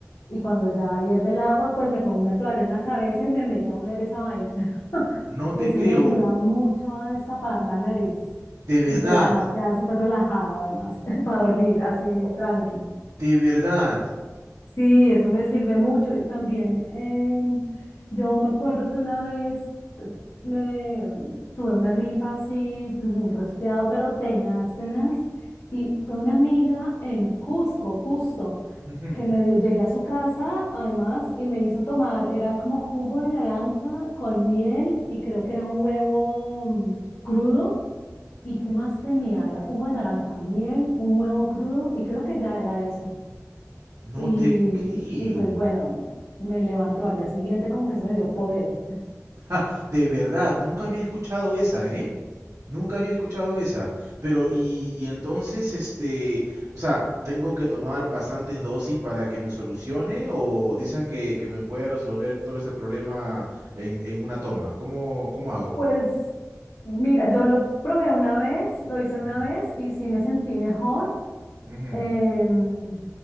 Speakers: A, on the left; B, on the right.
A: y cuando ya hierve el agua, pues me pongo una toalla en la cabeza y me meto a oler esa vaina. <laughs>
B: no te
A: Y eso
B: creo,
A: me ayuda mucho a destapar la nariz.
B: de
A: Y
B: verdad,
A: te, además queda súper relajado, además, <laughs> para dormir así tranqui.
B: de verdad.
A: Sí, eso me sirve mucho. Y también em, yo me acuerdo que una vez eh, me tuve una gripa así, pues un resfriado, pero tenaz, tenaz. Y fue una amiga en Cusco, justo,
B: Ujú, ujú.
A: que me dio, llegué a su casa además y me hizo tomar, era como jugo de naranja con miel y creo que era un huevo mm, crudo. ¿Y qué más tenía? Era jugo de naranja, miel, un huevo crudo y creo que ya era eso.
B: No
A: Y,
B: te creo.
A: y pues bueno, me levantó al día siguiente como que eso me dio poder.
B: Ja, de verdad, nunca había escuchado esa, ¿eh? Nunca había escuchado esa. Pero, y, y entonces, este, o sea, ¿tengo que tomar bastantes dosis para que me solucione? ¿O dices que, que me puede resolver todo ese problema en, en una toma? ¿Cómo, cómo hago?
A: Pues mira, yo lo probé una vez, lo hice una
B: Ujú,
A: vez y sí me sentí mejor,
B: ujú.
A: em,